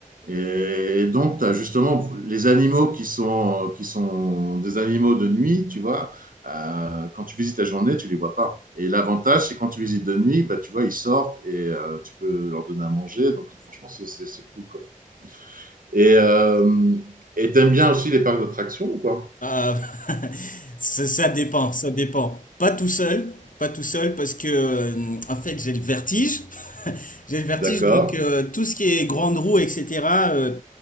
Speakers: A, on the right (about 85°); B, on the left (about 75°).
A: Et donc, tu as justement les animaux qui sont, qui sont des animaux de nuit, tu vois. euh, quand tu visites la journée, tu les vois pas. Et l'avantage, c'est quand tu visites de nuit, bah, tu vois, ils sortent et euh, tu peux leur donner à manger. Donc, franchement, c'est c'est- c'est cool, quoi. Et euh, et t'aimes bien aussi les parcs d'attractions quoi?
B: Ah, <laughs> Ça, ça dépend, ça dépend. Pas tout seul, pas tout seul parce que euh, en fait j'ai le vertige, j'ai le vertige
A: D'accord.
B: donc euh, tout ce qui est grande roue etc. euh,